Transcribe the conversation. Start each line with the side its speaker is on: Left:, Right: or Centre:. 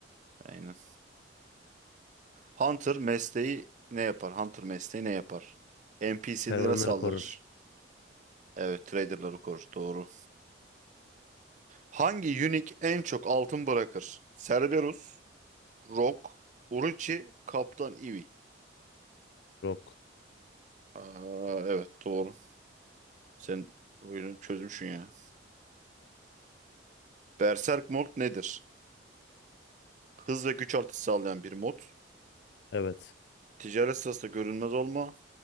Right: Aynen. Hunter mesleği ne yapar? Hunter mesleği ne yapar? NPC'lere
Left: Kervanları
Right: saldırır.
Left: korur.
Right: Evet, traderları korur. Doğru. Hangi unique en çok altın bırakır? Cerberus, Rock, Uruchi, Kaptan Ivy.
Left: Rock.
Right: Aa, evet doğru. Sen oyunu çözmüşsün ya. Berserk Mode nedir? Hız ve güç artışı sağlayan bir mod.
Left: Evet.
Right: Ticaret sırasında görünmez olma.